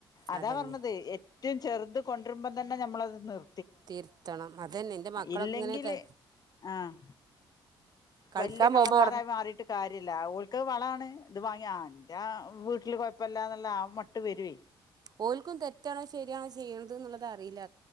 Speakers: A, on the left; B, on the right.
A: അതാ
B: അതന്നെ
A: പറഞ്ഞത് ഏറ്റവും ചെർത് കൊണ്ടര്മ്പം തന്നെ നമ്മളത് നിർ
B: തീർത്തണം അതന്നെ എന്റെ മക്കളൊക്കെ
A: ഇല്ലെങ്കില്
B: ഇങ്ങനെത്തെ
A: ആഹ്
B: കളിക്കാൻ
A: വല്യ കള്ളന്മാരായി
B: പോകുമ്പോ
A: മാറിയിട്ട് കാര്യ ഇല്ല ഓൽക്ക് വളാണ് ഇത് വാങ്ങിയ എന്റെ വീട്ടില് കൊഴപ്പില്ലാന്നുള്ള ആ മട്ട് വരു.
B: ഓൽക്കും തെറ്റാണോ ശരിയാണോ ചെയ്യണത് ന്നുള്ളത് അറീല്ല